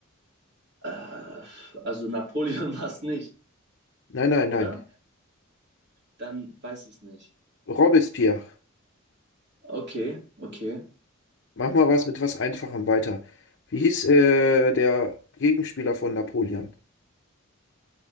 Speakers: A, on the right (about 55°); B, on the left (about 60°).
A: Äh, also Napoleon <laughs> war es nicht,
B: Nein, nein,
A: oder?
B: nein.
A: Dann weiß ich es nicht.
B: Robespierre.
A: Okay, okay.
B: Machen wir was mit was Einfachem weiter. Wie hieß äh, der Gegenspieler von Napoleon?